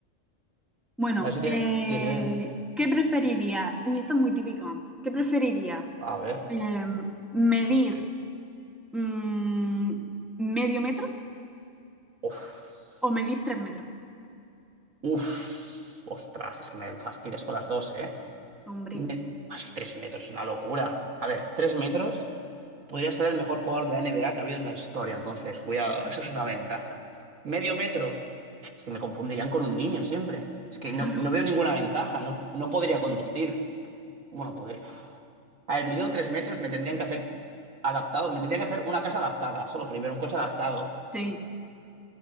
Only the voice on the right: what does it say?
A ver si tiene-
dime, dime,
a ver.
Uf,
uf, ostras, es que me fastidias con las dos, ¿eh?
Me- ah, Es que tres metros es una locura. A ver, tres metros podría ser el mejor jugador de la NBA que ha habido en la historia, entonces, cuidado,
eso es una ventaja. Medio metro, es que me confundirían con un niño siempre. Es que
no, no veo ninguna ventaja, no, no podría conducir. Bueno, podría... uf. A ver, midiendo tres metros me tendrían que hacer adaptado, me tendría que hacer una casa adaptada, solo primero un coche adaptado.